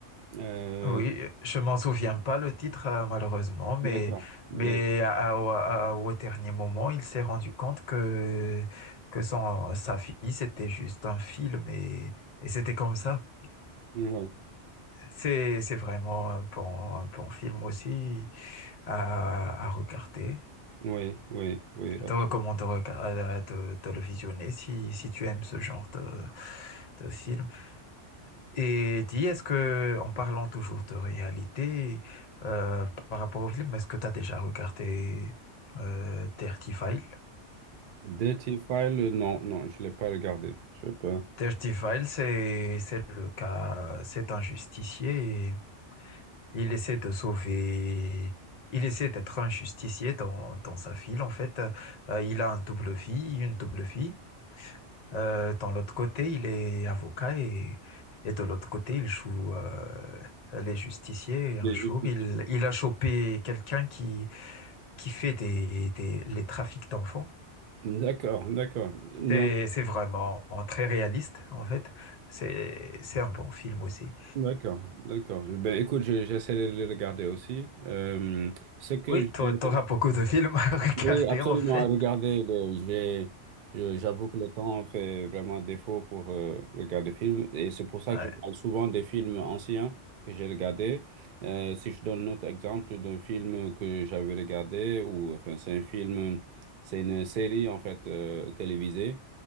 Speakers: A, on the right (about 60°); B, on the left (about 45°).
A: Euh,
B: Oui, je m'en souviens pas le titre euh, malheureusement, mais
A: d'accord. Mais-
B: mais à- à- au à- au dernier moment, il s'est rendu compte que que son sa fille c'était juste un film et et c'était comme ça.
A: ouais.
B: C'est c'est vraiment un bon un bon film aussi à à regarder.
A: Oui, oui, oui,
B: Je
A: absolument.
B: te recommande de, rega- euh, de, de le visionner si si tu aimes ce genre de de film. Et dis, est-ce que, en parlant toujours de réalité, euh, par rapport au film, est-ce que tu as déjà regardé euh, Dirty File?
A: Dirty File, euh, non, non, je ne l'ai pas regardé. Je sais pas.
B: Dirty File, c'est, c'est le cas, c'est un justicier et il essaie de sauver, il essaie d'être un justicier dans, dans sa ville. En fait, Euh, il a un double vie, une double vie. Euh, dans l'autre côté, il est avocat et, et de l'autre côté, il joue euh, les justiciers. Et
A: Les
B: un jour,
A: justifier.
B: il, il a chopé quelqu'un qui, qui fait des, des- les trafics d'enfants.
A: D'accord, d'accord. Non,
B: C'est, c'est vraiment très réaliste, en fait. C'est, c'est un bon film aussi.
A: d'accord, d'accord. Ben, écoute, je- j'essaie de les regarder aussi. Euh, ce que
B: Oui,
A: j'ai
B: tu auras beaucoup de films à <laughs> regarder,
A: Oui, absolument.
B: en fait.
A: Regardez, le- j'ai, je- j'avoue que le temps fait vraiment défaut pour euh, regarder des films. Et c'est pour ça
B: Ouais.
A: que je parle souvent des films anciens que j'ai regardés. Euh, si je donne un autre exemple d'un film que j'avais regardé, ou enfin, c'est un film, c'est une série en fait euh, télévisée